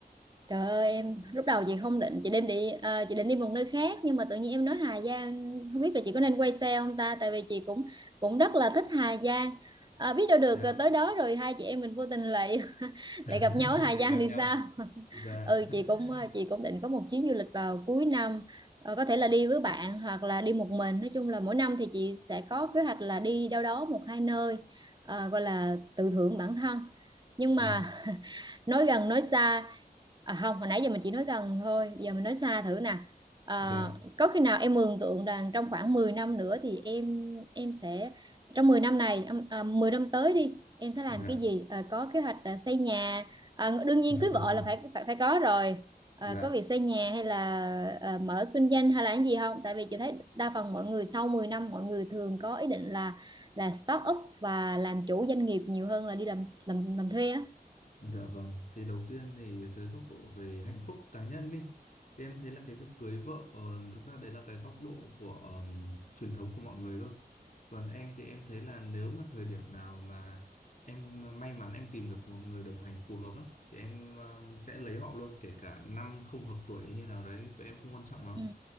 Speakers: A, on the right; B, on the left.
A: Trời ơi em lúc đầu chị không định chị định đi ờ, chị định đi một nơi khác nhưng mà tự nhiên em nói Hà Giang không biết là chị có nên quay xe không ta tại vì chị cũng cũng rất là thích Hà Giang Ờ, biết đâu được
B: Dạ.
A: ờ, tới đó rồi hai chị em mình vô tình lại <laughs>
B: <laughs>
A: lại gặp nhau ở Hà Giang
B: Gặp
A: thì
B: nhau.
A: sao <laughs>
B: Dạ.
A: ừ chị cũng
B: <laughs>
A: ờ, chị cũng định có một chuyến du lịch vào cuối năm Ờ, có thể là đi với bạn hoặc là đi một mình nói chung là mỗi năm thì chị sẽ có kế hoạch là đi đâu đó một hai nơi ờ, gọi là tự thưởng bản thân nhưng mà
B: Dạ.
A: nói gần nói xa à, không hồi nãy giờ mình chỉ nói gần thôi bây giờ mình nói xa thử nè à,
B: Dạ.
A: có khi nào em mường tượng rằng trong khoảng 10 năm nữa thì em em sẽ trong 10 năm này em- à, 10 năm tới đi em sẽ làm
B: Dạ.
A: cái gì à, có kế hoạch à, xây nhà à, đương nhiên
B: <laughs>
A: cưới vợ là phải phải phải có rồi à,
B: Dạ.
A: có việc xây nhà hay là à, mở kinh doanh hay là cái gì không tại vì chị thấy đa phần mọi người sau 10 năm mọi người thường có ý định là là start up và làm chủ doanh nghiệp nhiều hơn là đi làm làm làm thuê á
B: Dạ vâng, thì đầu tiên thì dưới góc độ về hạnh phúc cá nhân đi thì em thấy là cái việc cưới vợ ờ, thực ra đấy là cái góc độ của ờm, truyền thống của mọi người thôi. Còn em thì em thấy là nếu mà thời điểm nào mà em may mắn em tìm được một người đồng hành phù hợp á thì em ờm, sẽ lấy họ luôn kể cả năm không hợp tuổi như nào đấy, vậy em không quan trọng lắm.
A: ừ